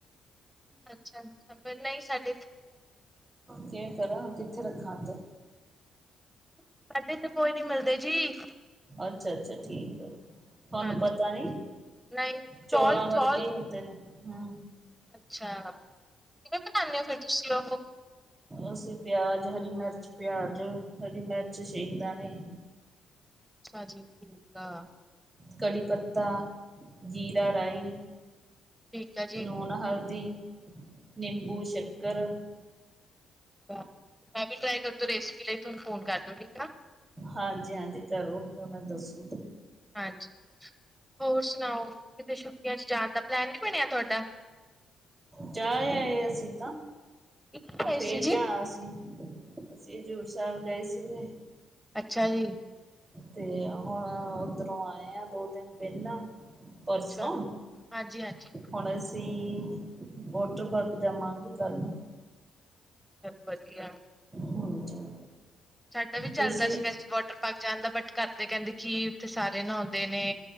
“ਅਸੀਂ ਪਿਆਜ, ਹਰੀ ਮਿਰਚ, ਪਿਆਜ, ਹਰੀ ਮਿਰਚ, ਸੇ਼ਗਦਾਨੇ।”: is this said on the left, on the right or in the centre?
Right